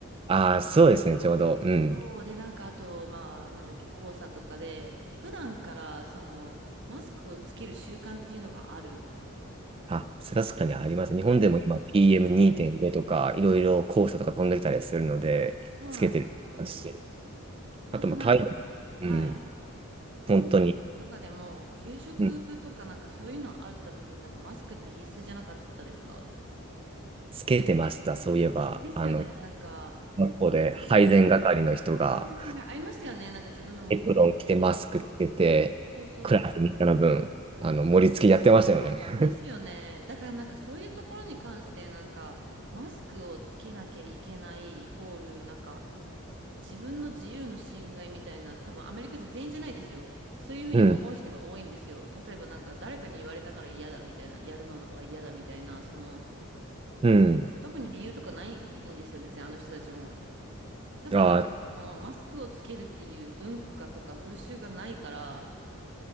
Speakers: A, on the right; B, on the right.
A: ああ、そうですね、ちょうど。うん。
B: そうで、なんかあと、まあなんだっけ、黄砂とかで、普段からその、マスクをつける習慣っていうのがある。
A: あ、それは確かにあります。
B: 文化的に。
A: 日本でも今 PM2.0 とか、いろいろ黄砂とか飛んできたりするので、
B: そうなんですよね。
A: つけてるし、
B: あとなんか、
A: あとまあ台湾、
B: はい。
A: うん、
B: 子供の時とかでも、
A: 本当に、
B: 給食とかなんかそういうのあった時になんかマスクって必須じゃなかったですか
A: うん、つけてました。そういえば、
B: ですよね、
A: あの、
B: なんか。
A: 学校で配膳係の人が、
B: ではいはいはい。ありましたよね、なんか自分の持って行ってみたいな。
A: エプロン着てマスクつけて、
B: そうそうそう。
A: クラスみんなの分、あの、盛り付けやってましたよね。<laughs>
B: ですよね。だからなんかそういうところに関してなんかマスクをつけなきゃいけないイコールなんか自分の自由の侵害みたいな多分アメリカ人全員じゃないですよ。そういうふうに思う人が多いんですよ。
A: うん、
B: 例えばなんか誰かに言われたから嫌だみたいな、やるのは嫌だみたいな、その
A: うん。
B: なんか特に理由とかないんですよ、別にあの人たちも。ただなんか、
A: あー
B: そのマスクをつけるっていう文化とか風習がないから、